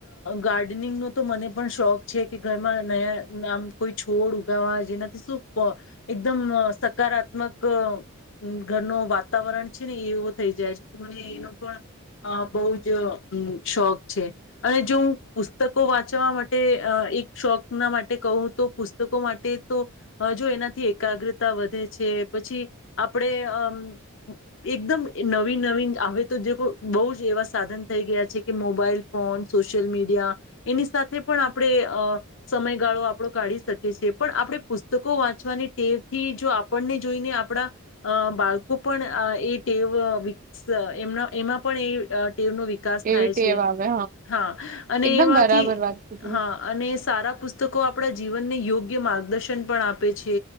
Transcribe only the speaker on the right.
એવી
ટેવ
આવે
એકદમ
બરાબર વાત કીધી